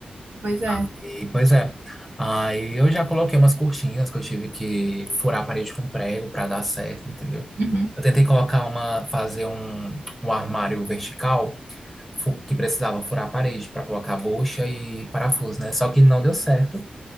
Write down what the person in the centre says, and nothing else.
Ah, E, pois é. Aí eu já coloquei umas cortinas que eu tive que furar a parede com prego para dar certo, entendeu?
Eu tentei colocar uma, fazer um, um armário vertical fu- que precisava furar a parede para colocar bucha e parafuso, né? Só que não deu certo.